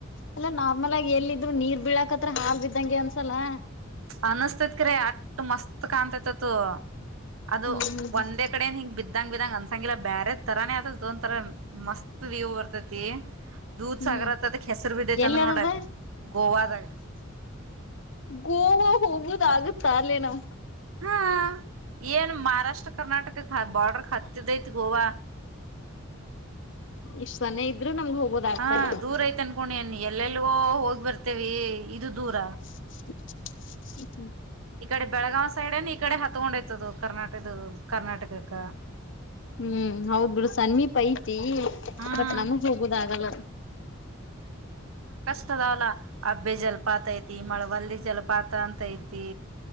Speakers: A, on the left; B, on the right.
A: ಎಲ್ಲಾ ನಾರ್ಮಲ್ ಆಗಿ ಎಲ್ಲ ಇದ್ರು ನೀರ್ ಬೀಳಕತ್ರ ಹಾಲ್ ಬಿದ್ದಂಗೆ ಅನ್ಸಲ್ಲ
B: ಅನಸ್ತೈತ್ ಕ್ರ ಅಟ್ ಮಸ್ತ್ ಕಾಣ್ತತ್ತ್ ಅದು
A: ಹ್ಮ್ ಹ್ಮ್ ಹ್ಮ್
B: ಒಂದೇ ಕಡೆನ್ ಹಿಂಗಗೆ ಬಿದ್ದಂಗ ಬಿದ್ದಂಗ ಅಂತ ಸಂಗಿಲ್ಲ ಬ್ಯರೆ ತರಾನೆ ಆತಲ್ಲ ದೊನ್ ತರ ಮಸ್ತ್ ವ್ಯೂ ಬರ್ತತಿ ದೂದ್
A: ಹ್ಮ್
B: ಸಾಗರತತ್ ಅದಕ್ ಹೆಸರು ಬಿದೆೈತೆ
A: ಎಲ್ಲದದ
B: ಅಂದ್ರೆ ನೋಡ್ಲ ಗೋವಾದಾಗ
A: ಗೋವಾ ಹೋಗುದ ಆಗುತ್ತ ಅಲ್ಲೇ ನಾವ್
B: ಹಾ ಏನ್ ಮಹಾರಾಷ್ಟ್ರ ರಾಷ್ಟ್ರ ಕರ್ನಾಟಕ ಬಾರ್ರ್ಡಕ್ ಹತ್ತದಐತ್ ಗೋವಾ
A: ಇಷ್ಟ್ ಚನ ಇದ್ರು ನಮ್ಗ್ ಹೋಗೋದ ಆಗ್ತಾ
B: ಹಾ
A: ಇಲ್ಲ
B: ದೂರಯ್ತಿ ಅನ್ಕೋಂಡಿ ಎನ್ ಎಲ್ಲೆಲ್ಗೋ ಹೋಗ್ ಬರ್ತೇವಿ ಇದು ದೂರ
A: ಹ
B: ಈ ಕಡೆ ಬೆಳಗಾವ್ ಸೈಡ್ ಏನ್ ಈ ಕಡೆ ಹತ್ಗೊಂಡೈತ್ ಅದು ಕರ್ನಾಟದ ಕರ್ನಾಟಕಕ್ಕ
A: ಹ್ಮ್ ಹೌದ್ ಬಿಡು ಸಮೀಪ ಐತಿ
B: ಹ್ಮ್
A: ಬಟ್ ನಮಗ್ ಹೋಗುದ ಆಗಲ್ಲ
B: ಇತದಲ್ಲ ಹಬ್ಬೆ ಜಲಪಾತ ಐತಿ ಮಳವಲ್ಲಿ ಜಲಪಾತ ಅಂತ ಐತಿ